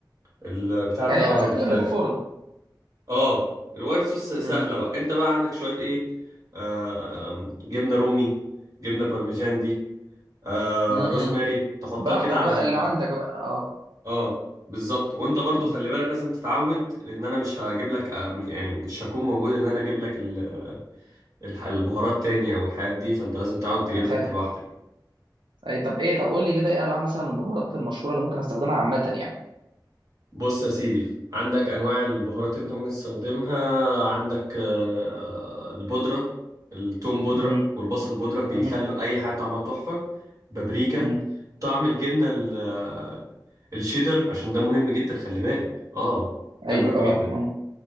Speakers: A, on the right; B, on the right.
A: البتاع ده
B: يعني هيبقى شغال
A: مختلف
B: من غير فرن
A: اه الوايت صوص سهلة
B: مم.
A: بقى انت بقى عندك شوية ايه آه... آم، جبنة رومي جبنة بارميجان دي آه
B: مم.
A: روزماري تحطها
B: براحتك
A: كده على
B: بقى
A: ال
B: اللي عندك بقى اه
A: اه بالظبط وانت برضو
B: مم.
A: خلي بالك لازم تتعود لان انا مش هجيب لك آه م- يعني مش هكون موجود ان انا اجيب لك ال... الح- البهارات تاني او الحاجات دي فانت لازم تتعود تجيبها
B: انا فاهم
A: انت لوحدك
B: اي طب ايه طب قول لي كده ايه انواع مثلا البهارات المشهوره اللي ممكن استخدمها عامه يعني
A: بص يا سيدي عندك انواع البهارات اللي انت ممكن تستخدمها عندك آه البودرة التوم بودرة
B: مم.
A: والبصل بودرة بيخلوا
B: مم.
A: اي حاجة طعمها تحفة بابريكا
B: مم.
A: طعم الجبنة ال- آه، الشيدر عشان ده مهم جدا خلي بالك اه ده
B: ايوه
A: مهم
B: اه
A: جدا
B: اه